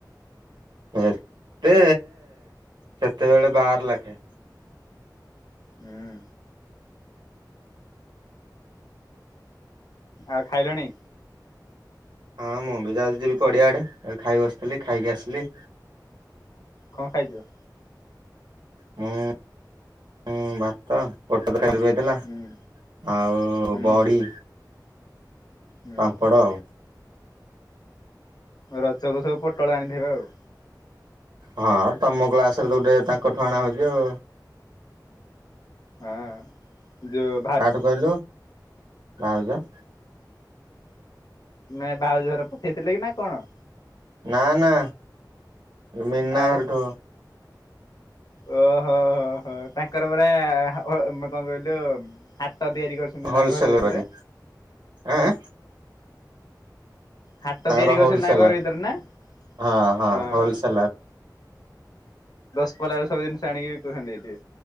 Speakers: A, on the right; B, on the left.
A: ଏତେ ସେତେବେଳେ ବାର ଲାଖେ।
B: ହୁଁ ଆଉ ଖାଇଲଣି?
A: ହଁ ମୁଁ ବି ଯାଉଚି ଯିବି ପଡିଆ ଆଡେ ଖାଇ ବସିଥିଲି ଖାଇକି ଆସିଲି।
B: କଣ ଖାଇଥିଲ?
A: ମୁଁ ଭାତ <unintelligible> ହେଇଥିଲା।
B: ହୁଁ
A: ଆଉ
B: ହୁଁ
A: ବଡ଼ି
B: ହୁଁ
A: ପାମ୍ପଡ଼ ଆଉ।
B: ରଜକୁ ସବୁ ପୋଟଳ ଆଣିଥିବେ ଆଉ।
A: ହଁ ତମ କ୍ଲାସ୍ ସ ରେ ତ ଗୋଟେ ତାଙ୍କଠୁ ଆଣା ହଉଚି ଆଉ।
B: ଆଁ। ଯଉ
A: କାଠୁ କହିଲୁ କା ଅଜା?
B: ନାଇ ଭାଉଜ ହର ପଠେଇଥିଲେ କି ନା କଣ?
A: ନା ନା ଏ ମିନା
B: ଆଉ
A: ହରଠୁ
B: ଓହୋ ହୋ ହୋ ତାଙ୍କର ପରା ହା- ହ- ମୁଁ କଣ କହିଲୁ ହାଟ ତିଆରି କରି ଚନ୍ତି
A: ହୋଲସେଲ
B: ତା ଘର ଭିତରେ?
A: କରି ଆଁ
B: ହାଟ
A: ତାଙ୍କର
B: ତିଆରି କରିଚନ୍ତି
A: ହୋଲସେଲର
B: ନା ଘର ଭିତରେ ନା?
A: ହଁ ହଁ ହୋଲସେଲର
B: <unintelligible> ସବୁ ଜିନିଷ ଆଣିକି ବିକୁଚନ୍ତି ଏଇଠି।